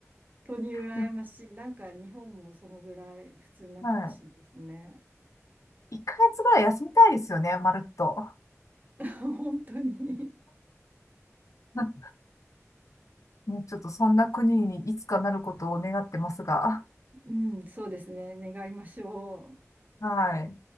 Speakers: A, on the right; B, on the left.
A: 本当に羨ましい。
B: でも
A: なんか日本もそのぐらい普通になってほしいですね。
B: はい。1ヶ月ぐらい休みたいですよね、まるっと。
A: <laughs> 本当に。
B: <laughs> ね、ちょっとそんな国にいつかなることを願ってますが。
A: うん、そうですね。願いましょう。
B: はい。